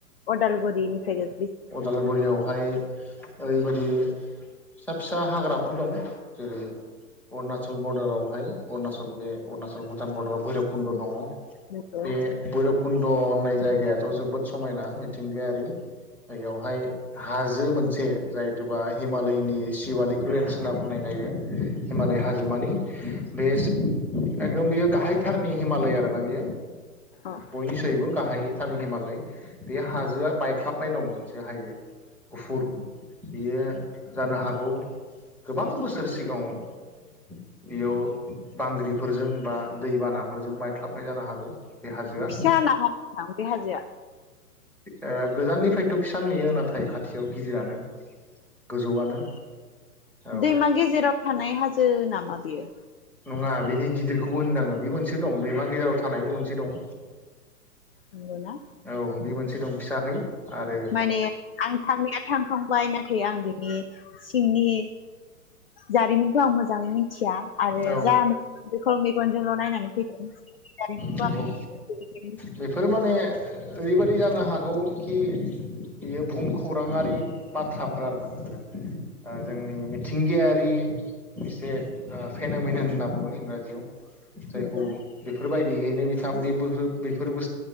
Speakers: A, on the left; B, in the centre.
A: अदालगुरि निफ्रायनो
B: अदालगुरियावहाय ओरैबायदि फिसा फिसा हाग्राफोर दं जेरै अरुणाचल बरर्डाराव <unintelligible> अरुणचल बे अरुणाचल भुटान बर्डाराव भैरब कुन्द दङ
A: नंगौ
B: बे भैरब कुन्द होननाय जायगायाथ जोबोद समायना मिथिंगायारि बेयावहाय हाजो मोनसे जायथुबा हिमालयनि सिवालि ग्रेन्स होनना बुंनाय जायो हिमालय
A: नंगौ
B: हाजोमानि बे एकदम बेयो गाहायथारनि हिमालय आरो ना बियो
A: अ
B: बयनिसायबो गाहाय थार हिमालय बे हाजोआ बायख्लाब नाइ दंमोन से हायजो गुफुर बियो जानो हागौ गोबां बोसोर सिगाङाव बेयाव बांग्रिफोरजों बा दैबाना फोरजों बायख्लाबनाय जानो हागौ बे हाजोआ
A: फिसा नामा नोंथां बे हाजोआ?
B: ओ गोजाननिफ्रायथ फिसा नुयो नाथाय खाथियाव गिदिरानो गोजौआनो औ
A: दैमा गेजेराव थानाय हाजो नामा बियो?
B: नङा बिनि गिदिरखौबो होनदोंआं बे मोनसे दं दैमा गेजेराव थानायबो मोनसे दं
A: नंगौना
B: औ बे मोन दं फिसाहै आरो
A: माने आं थांनाया थांखांबाय ना थे आं बिनि सिंनि जारिमिनखौ आं मोजाङै मि थिया आरो
B: औ
A: जा नु बेखौ मेगन जोंल' नायनानै फैदों <unintelligible>
B: नंगौ
A: बेनिखायनो
B: बेफोर माने ओरैबायाददि जानो हागौ खि बेयो बुहुम खौराङारि बाथ्राफोर आरो ना बिफोरो ओ जोंनि मिथिंगायारि एसे ओ फेेन'मेनन होनना बुङो इंराजियाव जायखौ
A: नंगौ
B: बेफोरबायदि बेयैनो बिथां बेबोहो बेफोरबो